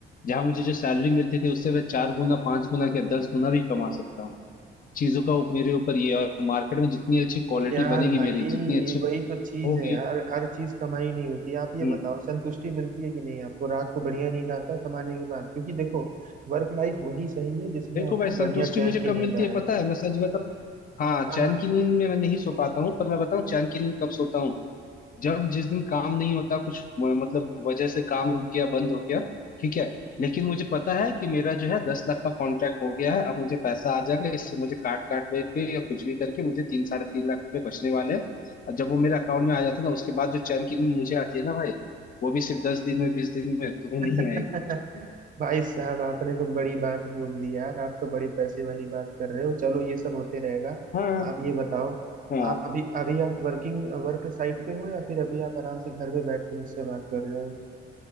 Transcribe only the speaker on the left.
जहाँ मुझे जो सैलरी मिलती थी उससे मैं चार गुना पांच गुना या दस गुना भी कमा सकता हूँ चीजों का उप- मेरे ऊपर ये है। और मार्केट में जितनी अच्छी क्वालिटी
बनेगी
मेरी जितनी अच्छी
होगी
हम्म,
देखो
भाई संतुष्टि
मुझे
कब
मिलती है
पता है मैं सच बताऊं हाँ
चैन की नींद में मैं नहीं सो पाता हूँ पर मैं बताऊं चैन की नींद कब सोता हूँ जब जिस दिन काम नहीं होता कुछ म- मतलब वजह से काम रुक गया बंद हो गया ठीक है लेकिन मुझे पता है कि मेरा जो है दस लाख का कॉन्ट्रैक्ट हो गया है अब मुझे पैसा आ जाएगा इससे मुझे काट काट में के या कुछ भी करके मुझे तीन साढ़े तीन लाख रुपए बचने वाले हैं और जब वो मेरे अकाउंट में आ जाता है ना उसके बाद जो चैन की नींद मुझे आती है ना भाई वो भी सिर्फ दस दिन में बीस दिन में तुम्हें
नहीं आएगा
हाँ
हाँ